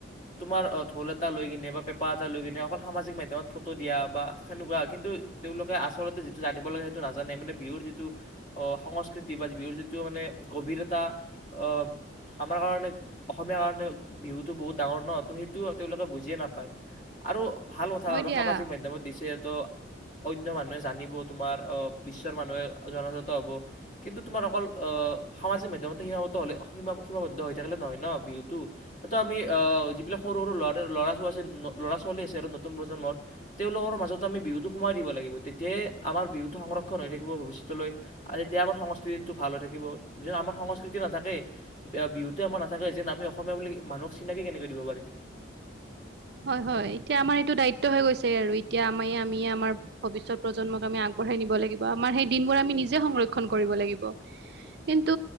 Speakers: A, on the left; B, on the right.
A: তোমাৰ ঢোল এটা লৈ কিনে বা পেঁপা এটা লৈ কিনে অকল সামাজিক মাধ্যমত ফটো দিয়া বা সেনেকুৱা, কিন্তু তেওঁলোকে আচলতে যিটো জানিব লাগে সেইটো নাজানে, মানে বিহুৰ যিটো সংস্কৃতি বা বিহুৰ যিটো মানে গভীৰতা অ আমাৰ কাৰণে অসমীয়াৰ কাৰণে বিহুটো বহুত ডাঙৰ ন। ত' সেইটো তেওঁলোকে বুজিয়ে নাপায়, আৰু ভাল কথা
B: হয়
A: আৰু
B: দিয়া
A: সামাজিক মাধ্যমত দিছে ত অন্য মানুহে জানিব তোমাৰ আহ বিশ্বৰ মানুহে জনাজাত হব, কিন্তু তোমাৰ অকল সামাজিক মাধ্যমতে সীমাবদ্ধ হ'লে সীমা সীমাবদ্ধ হৈ থাকিলে নহয় ন বিহুটো। সেইটো আমি আহ যিবিলাক সৰু সৰু ল'ৰা ল'ৰা ছ ল'ৰা ছোৱালী আছে আৰু নতুন প্ৰজন্মৰ, তেওঁলোকৰ মাজত আমি বিহুটো সুমুৱাই দিব লাগিব তেতিয়াই আমাৰ বিহুটো সংৰক্ষণ হৈ থাকিব ভৱিষ্যতলৈ, আৰে তেতিয়া আমাৰ সংস্কৃতিটো ভাল হৈ থাকিব যদি আমাৰ সংস্কৃতি নাথাকেই, বিহুতো আমাৰ নাথাকে যেন আমি অসমীয়া বুলি মানুহক চিনাকি কেনেকৈ দিব পাৰিম।
B: হয় হয়, এতিয়া আমাৰ এইটো দায়িত্ব হৈ গৈছে আৰু, এতিয়া আমি, আমি, আমাৰ ভৱিষ্যত প্ৰজন্মক আমি আগবঢ়াই নিব লাগিব। আমাৰ সেই দিনবোৰ আমি নিজে সংৰক্ষণ কৰিব লাগিব। কিন্তু